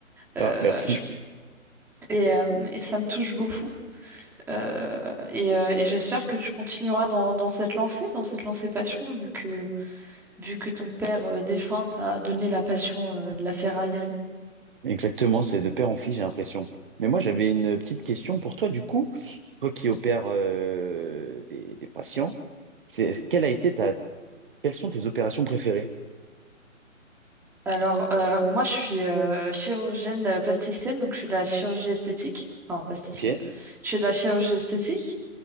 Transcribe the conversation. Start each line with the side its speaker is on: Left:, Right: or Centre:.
Centre: Euh,
Right: Ah, merci.
Centre: je- et, euh, et ça me touche beaucoup. Euh, et euh, et j'espère que tu continueras dans, dans cette lancée, dans cette lancée passion, vu que, vu que ton père euh, défunt t'a donné la passion euh, de la ferraille
Right: Exactement, c'est de père en fils, j'ai l'impression. Mais moi, j'avais une petite question pour toi, du coup. Toi qui opères euh, des, des patients, c'est, quelle a été ta, quelles sont tes opérations préférées?
Centre: Alors, euh, moi, je suis euh, chirurgienne euh, plasticienne, donc je suis de la chirurgie esthétique. Enfin, plasticienne.
Right: Ok,
Centre: Je suis de la chirurgie esthétique.